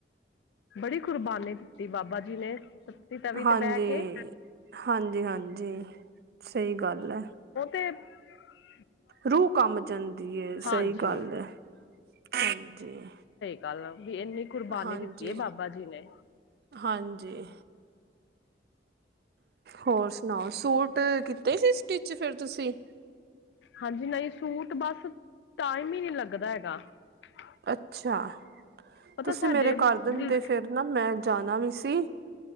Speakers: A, on the left; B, on the right.
A: ਬੜੀ ਕੁਰਬਾਨੀ ਦਿੱਤੀ ਬਾਬਾ ਜੀ ਨੇ ਪੱਤੀ ਤਵੀ ਤੇ
B: ਹਾਂਜੀ
A: ਬਹਿ ਕੇ
B: ਹਾਂਜੀ ਹਾਂਜੀ, ਸਹੀ ਗੱਲ ਹੈ
A: ਹ
B: ਰੂਹ ਕੰਮ ਜਾਂਦੀ
A: ਹਾਂਜੀ
B: ਸਹੀ ਗੱਲ ਹੈ, ਹਾਂਜੀ
A: ਕੱਲ ਵੀ ਇੰਨੀ ਕੁਰਬਾਨੀ
B: ਹਾਂਜੀ
A: ਦਿੱਤੀ ਹੈ ਬਾਬਾ ਜੀ ਨੇ
B: ਹਾਂਜੀ ਹੋਰ ਸੁਣਾਓ, ਸੂਟ ਕੀਤੇ ਸੀ ਸਟਿਚ ਫਿਰ ਤੁਸੀਂ?
A: ਹਾਂਜੀ ਨਹੀਂ, ਸੂਟ ਬਸ ਟਾਈਮ ਹੀ ਨਹੀਂ ਲੱਗਦਾ ਹੈਗਾ ।
B: ਅੱਛਾ,
A: ਪਤਾ
B: ਤੁਸੀਂ
A: ਸਾਡੇ
B: ਮੇਰੇ ਕਰ ਦਿੰਦੇ
A: ਦੀ,
B: ਫਿਰ ਨਾ ਮੈਂ ਜਾਣਾ ਵੀ ਸੀ